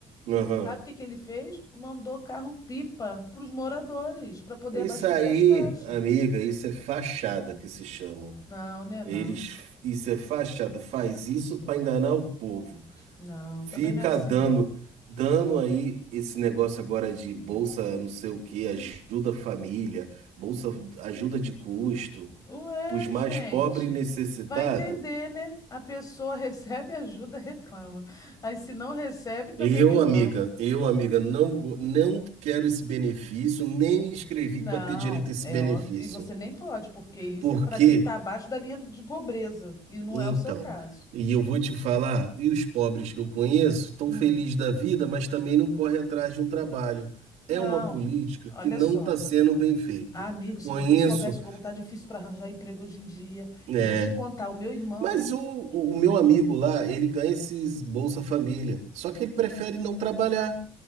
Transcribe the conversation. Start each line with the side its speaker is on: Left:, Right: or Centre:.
Right: Aham.
Left: E sabe o que que ele fez? Mandou carro-pipa para os moradores, para poder
Right: Isso
Left: abastecer
Right: aí,
Left: as caixas.
Right: amiga, isso é fachada que se chama.
Left: Não, né,
Right: Eles,
Left: não.
Right: isso é fachada, faz isso para enganar o povo.
Left: Não,
Right: Fica
Left: também não é assim,
Right: dando,
Left: não.
Right: dando aí esse negócio agora de bolsa, não sei o que, ajuda família, bolsa ajuda de custo,
Left: Ué,
Right: para os mais
Left: gente,
Right: pobres e necessitados.
Left: vai entender, né? A pessoa <laughs> recebe ajuda, reclama. Aí se não recebe, também
Right: Eu,
Left: reclama.
Right: amiga, eu, amiga, não, go- não quero esse benefício, nem me inscrevi
Left: Não,
Right: para ter direito a esse
Left: é
Right: benefício.
Left: óbvio. E você nem pode, porque isso
Right: porque
Left: é para quem está abaixo da linha de pobreza. E não
Right: Então,
Left: é o seu caso.
Right: e eu vou te falar, e os pobres que eu conheço estão
Left: Hum.
Right: felizes da vida, mas também não correm atrás de um trabalho.
Left: Não,
Right: É uma política
Left: olha
Right: que não
Left: só.
Right: está sendo bem feita.
Left: Ah, amigo, se
Right: Conheço,
Left: você soubesse como tá difícil para arranjar emprego hoje em dia,
Right: é,
Left: eu vou te contar. O meu irmão.
Right: mas o, o o meu amigo
Left: hum,
Right: lá, ele ganha esses Bolsa Família, só que ele prefere não trabalhar.